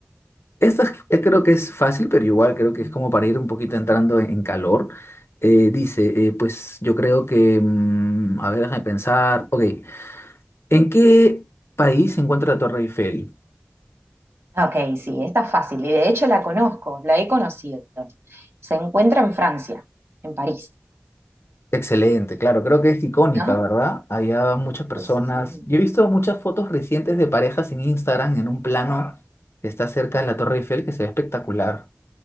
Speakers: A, on the left; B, on the right.
A: esta es- eh, creo que es fácil, pero igual creo que es como para ir un poquito entrando en en calor. Eh, dice, eh, pues yo creo que, mm, a ver, déjame pensar, ok. ¿En qué país se encuentra la Torre Eiffel?
B: Ah, Ok, sí, esta es fácil y de hecho la conozco, la he conocido. Se encuentra en Francia, en París,
A: Excelente, claro, creo que es icónica,
B: ¿no?
A: ¿verdad? Había muchas personas.
B: Sí.
A: Yo he visto muchas fotos recientes de parejas en Instagram en un plano que está cerca de la Torre Eiffel que se ve espectacular.